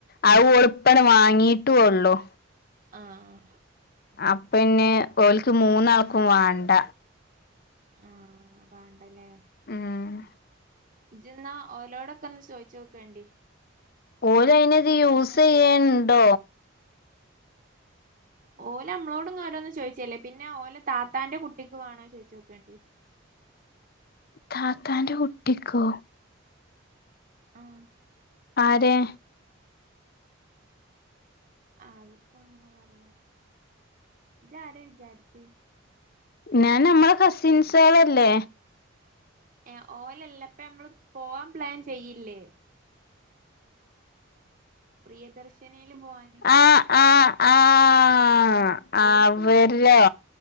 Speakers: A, on the left; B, on the right.
A: അത് ഓള് ഇപ്പങ്ങട്ട് വാങ്ങിട്ടുള്ളു
B: ആഹ്
A: അപ്പന്നെ ഓൽക്ക് മൂന്നാൾക്കും വേണ്ട
B: ആഹ് വാണ്ടല്ലേ
A: ആഹ്
B: ജിന്നാ ഓലോടൊക്കെന്ന് ചോദിച്ചു നോക്കേണ്ടി
A: ഓലയ്നിത് യൂസെയ്യെണ്ടോ?
B: ചോയിച്ചോ
A: ഉ
B: ഓല നമ്മളോട്ന്നന്ന് ചോദിച്ചല്ലേ പിന്നെ ഓലെ താത്താന്റെ കുട്ടിക്ക് വേണോ ചോയിച്ച് നോക്കേണ്ടി
A: താത്താന്റെ കുട്ടിക്കോ?
B: ആഹ്
A: ആരെ?
B: ആഹ് അതിപ്പോ അങ്ങനെ പറയാ ജ് ആരെ വിചാരിച്ചെ
A: നാനമ്മളെ കസിൻസേളല്ലേ
B: ഏഹ് ഓലല്ല ഇപ്പ ഞമ്മള് പോവാൻ പ്ലാൻ ചെയ്യില്ലേ പ്രിയദർശിനിയില് പോവാന്
A: ആഹ് ആഹ് ആഹ് അവരോ
B: ഓൽക്ക് വാണച്ച്